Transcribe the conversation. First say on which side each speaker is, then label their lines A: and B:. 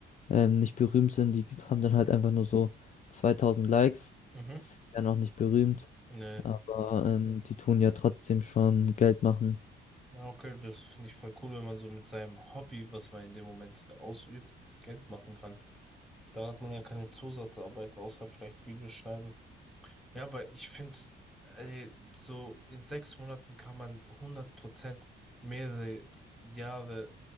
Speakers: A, on the left; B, in the centre.
A: ähm, nicht berühmt sind, die haben dann halt einfach nur so 2000 Likes.
B: Mhm.
A: Das ist ja noch nicht berühmt,
B: Nee.
A: aber ähm, die tun ja trotzdem schon Geld machen.
B: Na, Okay, das finde ich voll cool, wenn man so mit seinem Hobby, was man in dem Moment ausübt, Geld machen kann. Dann hat man ja keine Zusatzarbeit, außer vielleicht Videos schneiden. Ja, aber ich finde, äh, so in sechs Monaten kann man hundert Prozent mehrere Jahre